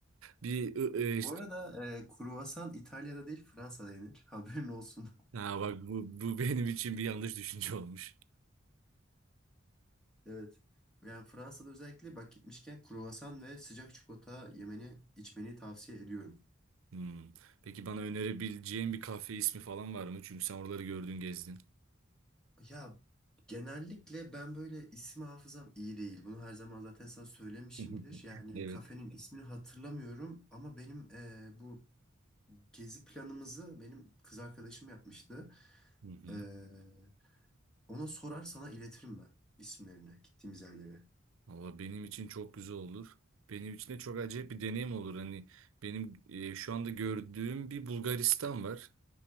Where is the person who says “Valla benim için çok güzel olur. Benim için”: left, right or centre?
Right